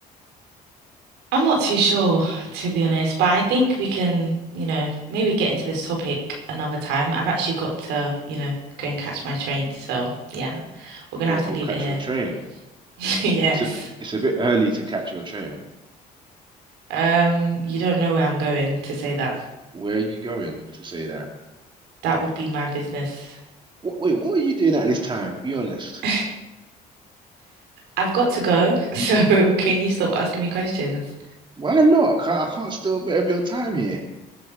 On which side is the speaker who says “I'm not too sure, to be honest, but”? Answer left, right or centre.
Right